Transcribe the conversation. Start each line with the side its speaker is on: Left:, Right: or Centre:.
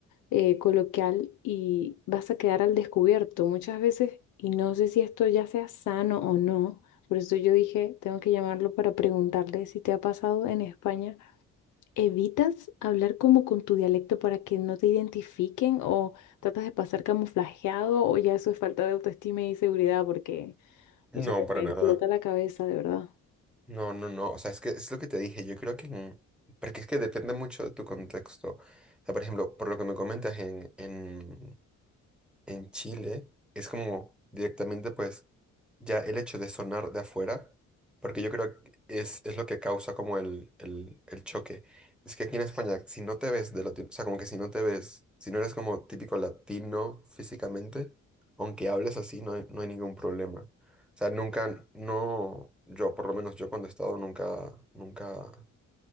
Left: eh, coloquial y vas a quedar al descubierto muchas veces y no sé si esto ya sea sano o no. Por eso yo dije, tengo que llamarlo para preguntarle si te ha pasado en España. ¿Evitas hablar como con tu dialecto para que no te identifiquen o tratas de pasar camuflajeado o ya eso es falta de autoestima y seguridad porque,
Centre: No,
Left: o sea, que
Centre: para
Left: me
Centre: nada.
Left: explota la cabeza, de verdad.
Centre: No, no, no. O sea, es que es lo que te dije. Yo creo que... en- Porque es que depende mucho de tu contexto. O sea, por ejemplo, por lo que me comentas en, en Chile es como directamente pues ya el hecho de sonar de afuera, porque yo creo que es, es lo que causa como el, el, el choque. Es que aquí en España, si no te ves de latino, o sea, como que si no te ves, si no eres como típico latino físicamente, aunque hables así, no hay, no hay ningún problema. O sea, nunca, no, yo, por lo menos yo cuando he estado, nunca, nunca